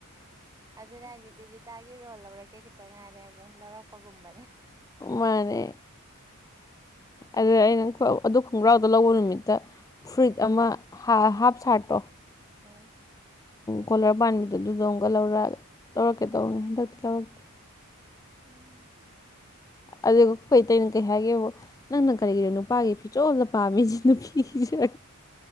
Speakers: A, on the right; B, on the left.
A: ꯑꯗꯨꯅ ꯍꯥꯏꯁ ꯗꯦꯕꯤꯇꯥꯒꯤ ꯔꯣꯜ ꯂꯧꯔꯛꯀꯦ ꯈꯤꯇ ꯉꯥꯏꯔꯦ ꯩꯅ ꯂꯧꯔꯛꯄꯒꯨꯝꯕꯅꯦ
B: ꯃꯥꯅꯦ ꯑꯗꯨ ꯑꯩꯅ ꯑꯗꯨ ꯈꯣꯡꯒ꯭ꯔꯥꯎꯗ ꯂꯧꯕ ꯅꯨꯃꯤꯠꯇ ꯐꯨꯏꯠ ꯑꯃ ꯍꯥꯞ ꯁꯥꯔꯠꯇꯣ
A: ꯎꯝ
B: ꯀꯣꯂꯔ ꯄꯥꯟꯕꯥꯟꯕꯤꯗꯣ ꯑꯗꯨꯗ ꯑꯃꯨꯛꯀ ꯂꯧꯔ ꯂꯧꯔꯛꯀꯦ ꯇꯧꯔꯅꯦ ꯍꯟꯗꯛꯇꯤ ꯂꯧꯔꯛꯇꯦ
A: ꯎꯝ
B: ꯑꯗꯨꯒ ꯑꯩꯈꯣꯏꯇꯩꯩꯅꯣ ꯀꯩ ꯍꯥꯏꯒꯦꯕꯨ ꯅꯪꯅ ꯀꯔꯤꯒꯤꯅꯣ ꯅꯨꯄꯥꯒꯤ ꯐꯤꯖꯣꯜꯗ ꯄꯥꯝꯃꯤꯁꯤ ꯅꯨꯄꯤꯒꯤꯁꯤ